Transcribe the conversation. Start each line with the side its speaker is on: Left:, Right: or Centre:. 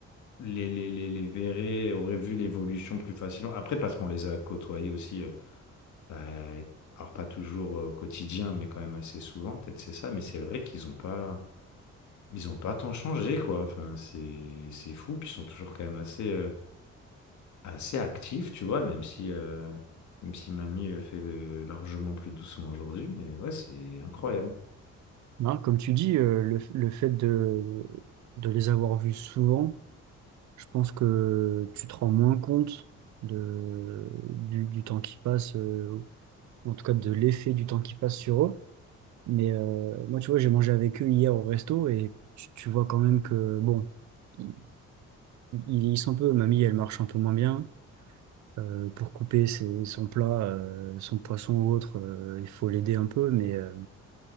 Left: les, les, les, les verraient, auraient vu l'évolution plus facilement. Après, parce qu'on les a côtoyés aussi, euh, bah, alors pas toujours euh, au quotidien, mais quand même assez souvent, peut-être c'est ça, mais c'est vrai qu'ils ont pas. Ils ont pas tant changé, quoi. Enfin, c'est c'est fou. Puis ils sont toujours quand même assez, euh, assez actifs, tu vois, même si, euh, même si Mamie euh, fait euh, largement plus doucement aujourd'hui. Mais ouais, c'est incroyable.
Right: Hein, comme tu dis, euh, le, le fait de, de les avoir vus souvent, Je pense que tu te rends moins compte de, du, du temps qui passe, euh, en tout cas de l'effet du temps qui passe sur eux. Mais euh, moi, tu vois, j'ai mangé avec eux hier au resto et tu, tu vois quand même que, bon, ils, ils vieillissent un peu. Mamie, elle marche un peu moins bien. Euh, pour couper ses- son plat, euh, son poisson ou autre, euh, il faut l'aider un peu. Mais, euh,